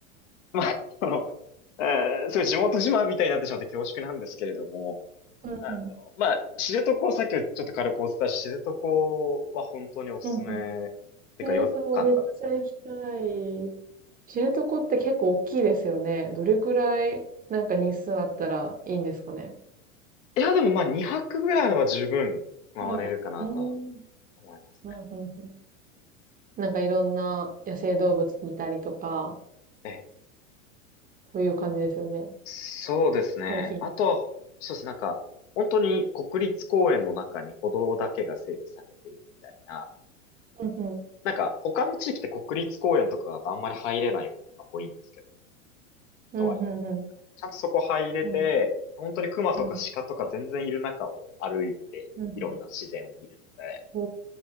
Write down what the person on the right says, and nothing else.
うんうん。
うん
うん。えー、そう、めっちゃ行きたい。知床って結構大きいですよね。どれくらい、なんか日数あったらいいんですかね。
なんか、うーん。
うん、うん、うん。なんかいろんな野生動物見たりとか、
そういう感じですよね。
ハイキン
グ。うん、うん。
うん、
うん、うん。
うん、
うん。うん、うん。
お